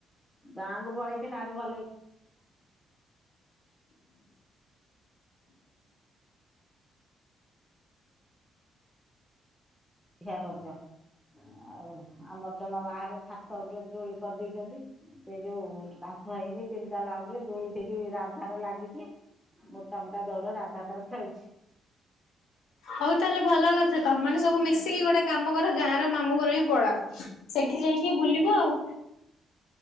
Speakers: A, in the centre; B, on the left (about 80°).
A: ଗାଁକୁୁ ପଳେଇଥିନେ ଆଉରି ଭଲ ହେଇ ଆ ହିଆ ରଜ ଆଉ ଆମର ତମ ବାହାର ଛାତ ଉପରୁ ଦୋଳି କରିଦେଇଚନ୍ତି ସେ ଯୋଉ କାନ୍ଥ ହେଇନି ତିନିତାଲା ଉପରୁ ଦୋଳି ସେଠି ରାଧାର ଲାଗିଚି ମୋଟାମୋଟା ଦୌଡ ରାଧା ତାର ଖେଳୁଚି
B: ହଉ ତାହେଲେ ଭଲ କଥା ତମ ମାନେ ସବୁ ମିଶିକି ଗୋଟେ କାମ କର ଗାଁ ର ମାମୁ ଘର ହିଁ ପଳାଅ ସେଇଠି ଯାଇଁକି ବୁଲିବ ଆଉ।